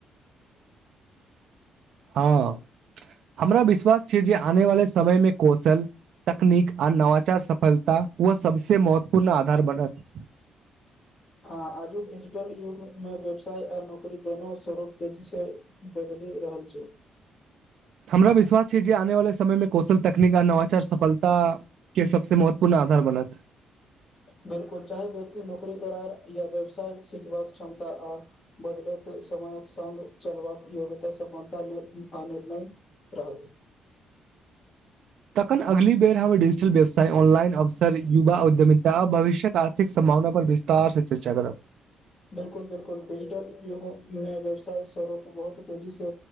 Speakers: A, on the right; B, on the left.
A: <inaudible> हँ हमरा विश्वास छै जे आने वाले समय मे कौशल तकनीक आ नवाचार सफल ता वह सबसे महत्वपूर्ण आधार बनत
B: हँ आज डजिटल युगमे मे व्यवसाय आ नौकरी दुनू स्वरूप तेजीसँ बदलि रहल छै
A: हमरा विश्वास छै जे आने वाले समय मे कौशल तकनीक आ नवाचार सफलता के सबसे महत्वपूर्ण आधार बनत
B: बिलकुल चाहे व्यक्ति नौकरी करार या व्यवसाय सिखबाक क्षमता आ बदल समयक स चलबाक योग्यता समानता निर्णय राहल
A: तखन अगली बेर हम डिजिटल व्यवसाय ऑनलाइन अ युवा उऔद्यमितता आ भविष्य्यक आर्थिक संभावना पर विस्तार से चर्चा करब
B: बिलकुल बिलकुल डिजिटल युगमे व्यवसाय स्वरोप बहुत तेजी से